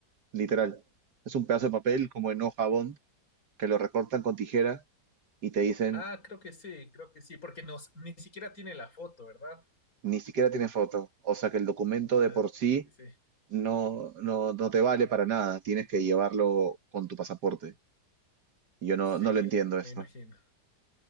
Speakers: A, on the right; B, on the left.
A: literal. Es un pedazo de papel como en hoja bond, que lo recortan con tijera y te dicen,
B: Ah, creo que sí, creo que sí, porque nos, ni siquiera tiene la foto, ¿verdad?
A: ni siquiera tiene foto. O sea que el documento de
B: Ah,
A: por sí
B: sí, sí,
A: no, no, no te vale para nada. Tienes que llevarlo con tu pasaporte. Y yo no,
B: sí,
A: no lo entiendo
B: sí,
A: esto.
B: me imagino,